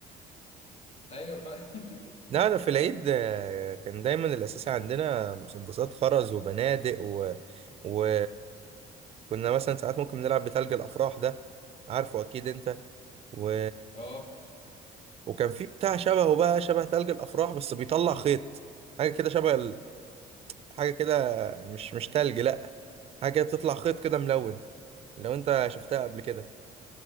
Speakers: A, on the left; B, on the right.
A: ايوه ف <laughs>
B: لا أنا في العيد آه، كان دايما الأساس عندنا مسدسات خرز وبنادق و... و... كنا مثلا ساعات ممكن نلعب بتلج الأفراح ده عارفه أكيد أنت و...
A: اه
B: وكان في بتاع شبهه بقى شبه تلج الأفراح بس بيطلع خيط حاجة كده شبه ال... حاجة كده مش مش تلج لأ حاجة كده بتطلع خيط كده ملون لو أنت شفتها قبل كده